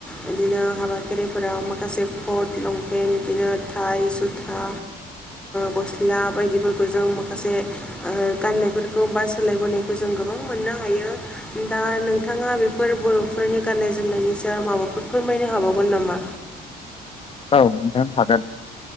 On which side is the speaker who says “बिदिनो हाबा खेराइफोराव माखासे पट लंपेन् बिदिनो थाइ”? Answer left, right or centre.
Centre